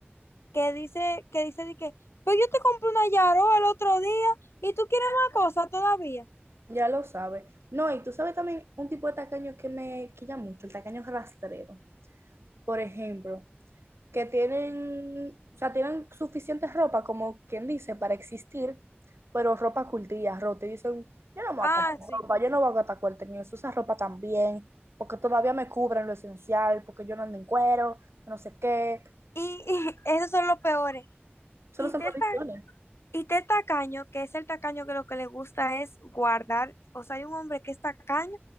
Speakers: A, on the left (about 80°); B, on the right (about 80°).
A: que dice, que dice de que, pues yo te compré una Yaro el otro día y tú quieres la cosa todavía.
B: ya lo sabe. No, y tú sabes también un tipo de tacaño que me quilla mucho, el tacaño rastrero. Por ejemplo, que tienen, o sea, tienen suficiente ropa, como quien dice, para existir, pero ropa cultilla, rota, y dicen, yo no me
A: Ah,
B: voy a comprar
A: sí.
B: ropa, yo no voy a gastar cuarto en eso, esa ropa también, porque todavía me cubren lo esencial, porque yo no ando en cuero, no sé qué.
A: Y, y <laughs> esos son los peores.
B: Solo
A: Y
B: son
A: te
B: condiciones.
A: están Y este tacaño, que es el tacaño que lo que le gusta es guardar, o sea, hay un hombre que es tacaño